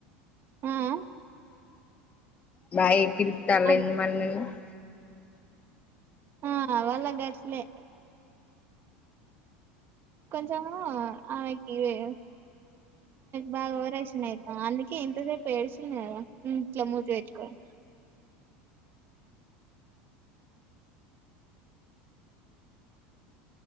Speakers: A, on the right; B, on the left.
A: మ్
B: బా క ఇతాాల
A: అడు
B: ఎందు మరి <unintelligible>
A: ఆ వాళ్ళు గట్లే కొంచమ ఆమెకివే బాగా ఓవరాయక్షన్ అందుకే ఇంతసేపు ఏడిచంది ఇట్లా మూతి పెట్టుకొని